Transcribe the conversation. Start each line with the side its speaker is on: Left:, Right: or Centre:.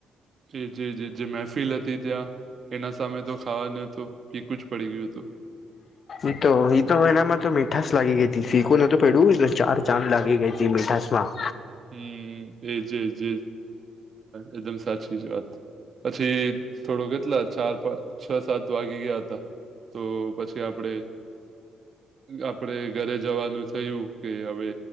Right: કે જે જે જે મહેફિલ હતી ત્યાં એના સામે તો ખાવાનું તો ફીકુ જ પડી ગયું હતું.
Left: એ તો ઈ તો એનામાં તો મીઠાાસ લાગી ગઈ હતી ફીકું નોતુ પેડવું. ચાર ચાદ લાગી ગઈ હતી મીઠાસ માં.
Right: હમ એજજજ એકદમ સાચી જ વાત <unintelligible> પછી થોડો કેટલા ચાર પા છ સાત વાગી ગયા હતા. <unintelligible> તો પછી આપડે. આપડે ઘરે જવાનું થયું કે હવે